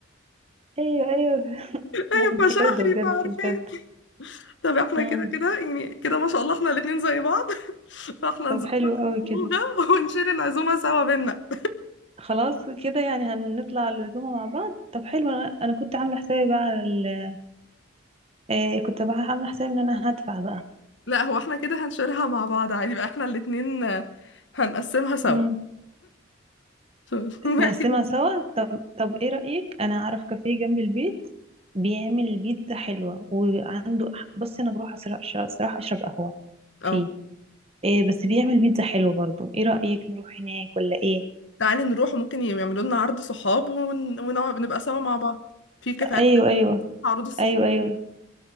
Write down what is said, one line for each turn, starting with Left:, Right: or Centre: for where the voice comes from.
Right: ايوه ايوه
Left: <laughs>
Right: لا انتي
Left: فشهري
Right: قردة بجد
Left: فعارفين
Right: بجد
Left: طب احنا
Right: امم
Left: كده كده يعني كده ما شاء الله احنا الاتنين زي بعض <laughs> فاحنا
Right: طب
Left: نظبط
Right: حلو قوي كده
Left: الخروجة ونشير العزومة سوا بينا
Right: خلاص كده يعني هنطلع العزومة مع بعض طب حلو انا أنا كنت عاملة حسابي بقى على ال... آه كنت بقى عاملة حسابي ان انا هدفع
Left: لا هو احنا كده هنشيرها مع بعض عادي بقى احنا الاتنين آه، هنقسمها سوا
Right: بقى
Left: ف- <laughs>
Right: نقسمها
Left: بعد كده
Right: سوا طب طب ايه رأيك انا اعرف كافيه جنب البيت بيعمل بيتزا حلوة وعنده بصي انا بروح أسرع- أشرب- صراحة اشرب قهوة فيه
Left: اه
Right: إيه بس بيعمل بيتزا حلوة برضو ايه رأيك نروح هناك ولا ايه
Left: تعالي نروح ممكن يعملوا لنا عرض صحاب ون- ونقعد نبقى سوا مع بعض في كافيهات
Right: ايوه ايوه
Left: عروض الصحاب
Right: ايوه ايوه